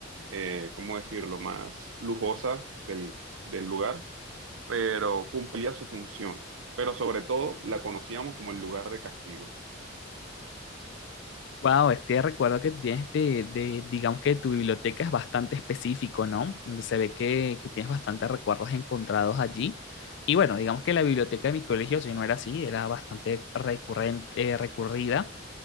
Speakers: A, on the right; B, on the left.
A: eh, ¿cómo decirlo?, más lujosa del, del lugar pero cumplía su función. Pero sobre todo la conocíamos como el lugar de castigo.
B: Wow, este recuerdo que tienes de, de- digamos que tu biblioteca es bastante específico, ¿no? Se ve que, que tienes bastantes recuerdos encontrados allí. Y bueno, digamos que la biblioteca de mi colegio, si no era así, era bastante recurrente, eh, recurrida.